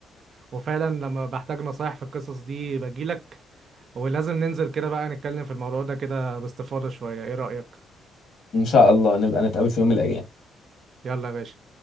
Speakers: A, on the right; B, on the left.
A: وفعلا لما بحتاج نصايح في القصص دي بجيلك ولازم ننزل كده بقى نتكلم في الموضوع ده كده باستفاضة شوية ايه رأيك
B: ان شاء الله نبقى نتقابل في يوم من الايام
A: يلا يا باشا